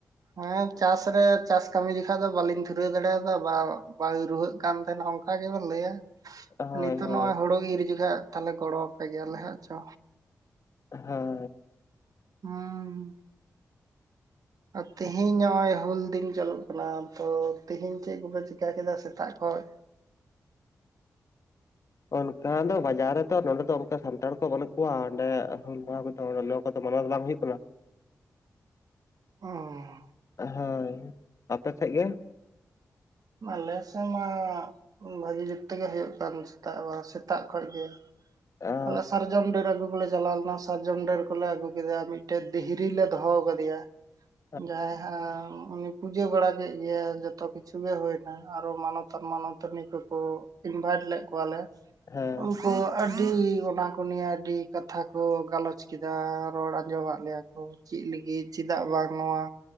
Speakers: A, on the right; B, on the left.
A: ᱦᱮᱸ ᱪᱟᱥ ᱨᱮ ᱪᱟᱥ ᱠᱟᱹᱢᱤ ᱡᱮᱠᱷᱟᱡ ᱫᱚ ᱵᱟᱞᱤᱧ ᱫᱷᱩᱨᱟᱹᱣ ᱫᱟᱲᱮᱭᱟᱫᱟ ᱵᱟ ᱵᱟᱹᱦᱩᱭ ᱨᱩᱣᱟᱹᱜ ᱠᱟᱱ ᱛᱟᱦᱮᱸᱱᱚ ᱚᱱᱠᱟ ᱚᱱᱟ ᱜᱮᱵᱚ ᱞᱟᱹᱭᱟ
B: ᱦᱳᱭ
A: ᱱᱤᱛᱚᱜ
B: ᱦᱳᱭ
A: ᱱᱚᱜᱼᱚᱭ ᱦᱳᱲᱳ ᱤᱨ ᱡᱚᱠᱷᱟ ᱛᱟᱦᱞᱮ ᱜᱚᱲᱚ ᱟᱯᱮ ᱜᱮᱭᱟᱞᱮ ᱦᱟᱸᱜ ᱪᱚ
B: ᱦᱮᱸ
A: <unintelligible> ᱟᱨ ᱛᱮᱦᱤᱧ ᱱᱚᱜᱼᱚᱭ ᱦᱩᱞ ᱫᱤᱱ ᱪᱟᱞᱟᱜ ᱠᱟᱱᱟ ᱛᱚ ᱛᱮᱦᱤᱧ ᱪᱮᱫ ᱠᱚᱯᱮ ᱪᱤᱠᱟ ᱠᱮᱫᱟ ᱥᱮᱛᱟᱜ ᱠᱷᱚᱱ
B: ᱚᱱᱠᱟ ᱫᱚ ᱵᱟᱡᱟᱨ ᱨᱮᱛᱚ ᱱᱚᱰᱮ ᱫᱚ ᱚᱱᱠᱟ ᱥᱟᱱᱛᱟᱲ ᱠᱚ ᱵᱟᱹᱱᱩᱜ ᱠᱚᱣᱟ ᱚᱱᱰᱮ ᱦᱩᱞ ᱢᱟᱦᱟ ᱞᱳ ᱠᱚᱫᱚ ᱢᱟᱱᱟᱣ ᱫᱚ ᱵᱟᱝ ᱦᱩᱭᱩᱜ ᱠᱟᱱᱟ᱾
A: ᱚᱸ
B: ᱦᱳᱭ ᱟᱯᱮ ᱥᱮᱜ ᱜᱮ
A: ᱟᱞᱮ ᱥᱮᱫ ᱢᱟ ᱵᱷᱟᱹᱜᱤ ᱡᱩᱛ ᱛᱮᱜᱮ ᱦᱩᱭᱩᱜ ᱠᱟᱱ ᱥᱮᱛᱟᱜ ᱵᱟᱝ ᱥᱮᱛᱟᱜ ᱠᱷᱚᱡᱽ ᱜᱮ
B: <unintelligible>
A: ᱟᱞᱮ ᱥᱟᱨᱡᱚᱢ ᱰᱟᱹᱨ ᱟᱹᱜᱩ ᱠᱚᱞᱮ ᱪᱟᱞᱟᱣ ᱞᱮᱱᱟ ᱥᱟᱨᱡᱚᱢ ᱰᱟᱹᱨ ᱠᱚᱞᱮ ᱟᱹᱜᱩ ᱠᱮᱫᱟ ᱢᱤᱫᱴᱮᱡ ᱫᱷᱤᱦᱨᱤ ᱞᱮ ᱫᱚᱦᱚ ᱠᱟᱫᱮᱭᱟ᱾
B: <unintelligible>
A: ᱡᱟᱭ ᱦᱟᱸ ᱩᱱᱤ ᱯᱩᱡᱟᱹ ᱵᱟᱲᱟ ᱠᱮᱫ ᱜᱮᱭᱟ ᱡᱚᱛᱚ ᱠᱤᱪᱷᱩ ᱜᱮ ᱦᱩᱭᱱᱟ ᱟᱨᱚ ᱢᱟᱱᱚᱛᱟᱱ ᱢᱟᱱᱚᱛᱟᱹᱱᱤ ᱠᱚᱠᱚ ᱤᱱᱵᱷᱟᱭᱤᱴ ᱞᱮᱫ ᱠᱚᱣᱟᱞᱮ
B: ᱦᱮᱸ
A: ᱠᱚ <unintelligible> ᱟᱹᱰᱤ ᱚᱱᱟ ᱠᱚ ᱱᱤᱭᱮ ᱟᱹᱰᱤ ᱠᱟᱛᱷᱟ ᱠᱚ ᱜᱟᱞᱚᱪ ᱠᱮᱫᱟ ᱨᱚᱲ ᱟᱸᱡᱚᱢᱟᱫ ᱞᱮᱭᱟ ᱠᱚ ᱪᱮᱫ ᱞᱟᱹᱜᱤᱫ ᱪᱮᱫᱟᱜ ᱵᱟᱝ ᱱᱚᱣᱟ